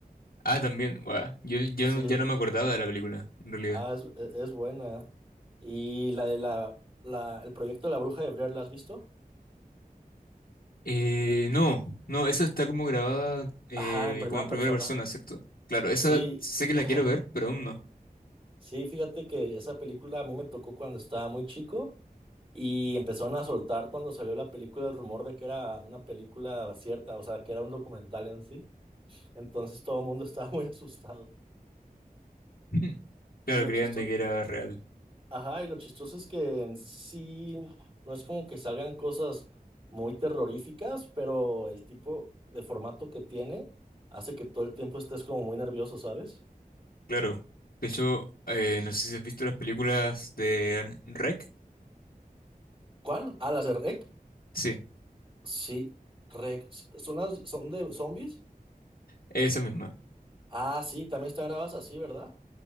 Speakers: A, on the left; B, on the right.
A: Ah, también, guau, Yo, yo
B: Así,
A: no- ya no me acordaba de la película, en realidad.
B: ah, es, es- es buena. Y la de la, la, el proyecto de la bruja de Blair, ¿la has visto?
A: Eh, no, no, esa está como grabada eh,
B: Ajá, en primera
A: como en primera
B: persona.
A: persona, ¿cierto? Claro, esa
B: Sí,
A: sé que la
B: <laughs>
A: quiero ver, pero aún no.
B: sí, fíjate que esa película a mí me tocó cuando estaba muy chico y empezaron a soltar cuando salió la película el rumor de que era una película cierta, o sea, que era un documental en sí. Entonces todo el mundo <laughs> estaba muy asustado.
A: <laughs> Claro,
B: Y lo
A: creían
B: chistoso,
A: de que era real.
B: ajá, y lo chistoso es que en sí no es como que salgan cosas muy terroríficas, pero el tipo de formato que tiene hace que todo el tiempo estés como muy nervioso, ¿sabes?
A: Claro, de hecho, eh, no sé si has visto las películas de REC.
B: ¿Cuál? Ah, las de REC.
A: Sí,
B: Sí, REC. ¿Son las, son de zombies?
A: esa misma.
B: Ah, sí, también están grabadas así, ¿verdad?